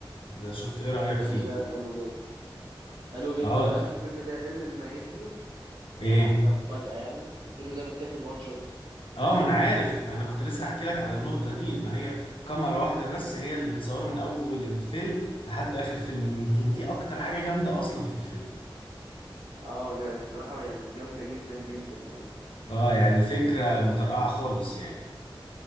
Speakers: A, on the left (about 75°); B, on the right (about 65°).
A: ده شفت ايه رأيك
B: الفيلم
A: فيه
B: ده حلو جدا حلو
A: اه
B: جدا انت عارف الفيلم ده ايه اللي مميزه
A: ايه
B: لو انت مفاجأة يعني الفيلم ده متاخد وان شوت
A: اه ما انا عارف انا كنت لسه هحكي لك على النقطة
B: امم
A: دي ان هي كاميرا واحدة بس هي اللي بتصوره من اول الفيلم لحد اخر الفيلم يمكن دي اكتر حاجة جامدة اصلا في الفيلم
B: اه جاي الصراحة يعني جامدة جدا جدا يعني
A: اه يعني فكرة مترقعة خالص يعني